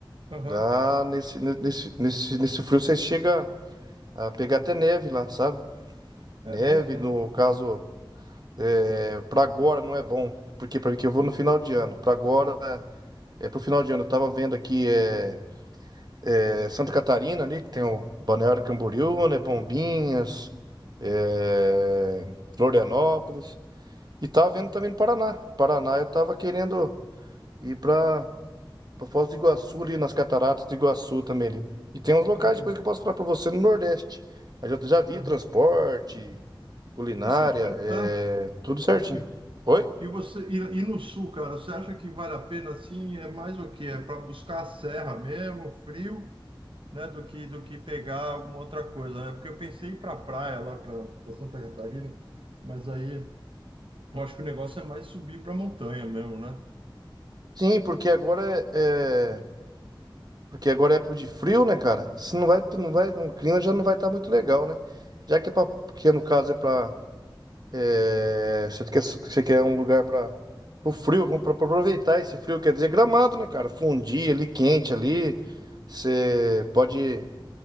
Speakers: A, on the right (about 80°); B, on the right (about 50°).
A: aham,
B: lá nesse, nesse, nesse, nesse frio você chega a pegar até neve lá, sabe?
A: É
B: Neve,
A: mesmo,
B: no
A: né?
B: caso, é, para agora não é bom, porque para que eu vou no final de ano. Para agora é pro final de ano. Eu tava vendo aqui é É Santa Catarina ali, que tem o Balneário Camboriú, né? Bombinhas, é, Florianópolis. E tava vendo também no Paraná. No Paraná eu tava querendo ir pra, pra Foz do Iguaçu ali, nas cataratas do Iguaçu também ali. E tem uns locais
A: Sim.
B: depois que eu posso falar pra você no Nordeste. Mas eu já vi
A: Aham.
B: transporte, culinária,
A: Isso que eu ia te perguntar.
B: é, tudo certinho.
A: E
B: Oi?
A: E você e, e no sul, cara, você acha que vale a pena assim? É mais o quê? É para buscar a serra mesmo, frio, né? Do que do que pegar alguma outra coisa, né? Porque eu pensei em ir para praia lá para Santa Catarina, mas aí eu acho que o negócio é mais subir para montanha mesmo, né?
B: Sim, porque agora é, é- Porque agora é época de frio, né, cara? Se não vai, não vai, o clima já não vai estar muito legal, né? Já que é pra, que no caso é pra. é, você quer, você quer um lugar para o frio, vamos pra, pra aproveitar esse frio, quer dizer Gramado, né, cara? Fundir ali quente ali, você pode,